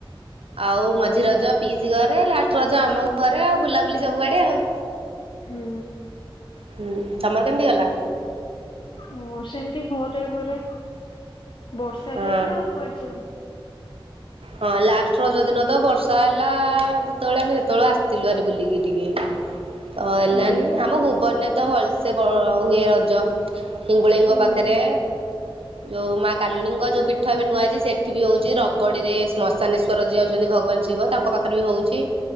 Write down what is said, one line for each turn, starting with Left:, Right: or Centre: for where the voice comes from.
Right: ଆଉ ମଝି ରଜ ପିସ୍ ଗର ଲାଷ୍ଟରଜ ଆମ ଘରେ ଆଉ ବୁଲାବୁଲି ସବୁଆଡେ ଆଉ
Left: ହୁଁ
Right: ହୁଁ। ତମର କେମିତି ଗଲା?
Left: ଓ ସେମିତି ଘରେ ଘରେ ବର୍ଷାତ
Right: ହଁ
Left: ହେଲେ ଆଉ କୁଆଡେ ଯିବ।
Right: ହଁ ଲାଷ୍ଟ ରଜ ଦିନ ତ ବର୍ଷା ହେଲା। ଯେତେବେଳେ ଆମେ ସେତେବେଳଳେ ଆସିଥିଲୁ ଆରେ ବୁଲିକି ଟିକେ ତ ହେଲାନି
Left: ହୁଁ
Right: ଆମ ଭୁବନରେ ତ ଭଲସେ ହୁଏ ରଜ ହିଙ୍ଗୁଳିଙ୍କ
Left: ହୁଁ
Right: ପାଖରେ। ଯୋଉ ମା କାଲୁଣୀଙ୍କ ଯୋଉ ପି ଥା ଭବେ ନୁଆଯାଇ ସେ ଏଠ ବି ହେଉଛି ରଗଡ଼ିରେ ଶ୍ମଶାନେଶ୍ୱର ଯିଏ ଅଛନ୍ତି ଭଗବାନ ଶିବ ତାଙ୍କ ପାଖରେ ବି ହେଉଛି।